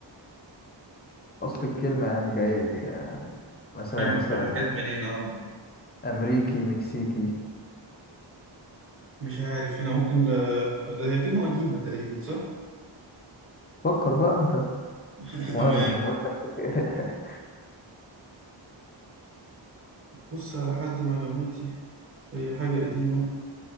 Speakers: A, on the left; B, on the right.
A: أصل الكلمة يعني جاي يعني مثلا
B: فاهم
A: مثلا
B: فاهم جت منين اه آه.
A: أمريكي مكسيكي
B: مش عارف انا ممكن ل... ده هي كلمة قديمة تقريبا صح؟ <laughs>
A: فكر بقى أنت
B: أمان.
A: وأنا اللي هقول لك <laughs>
B: بص على حد معلوماتي في أي حاجة قديمة